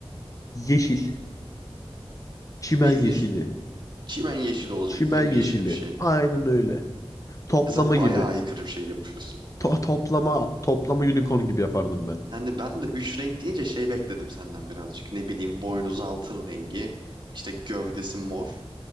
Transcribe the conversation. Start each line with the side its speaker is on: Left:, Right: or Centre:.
Left: yeşil. Çimen
Right: Bildiğin
Left: yeşili.
Right: çimen yeşil olacak.
Left: Çimen
Right: Yemyeşil
Left: yeşili.
Right: bir şey.
Left: Aynen öyle. Toplama
Right: Ha, sen bayağı
Left: gibi.
Right: aykırı bir şey yapıyorsun.
Left: To- toplama toplama unicorn gibi yapardım ben.
Right: Hani ben de üç renk deyince şey bekledim senden birazcık. Ne bileyim boynuzu altın rengi. işte gövdesi mor.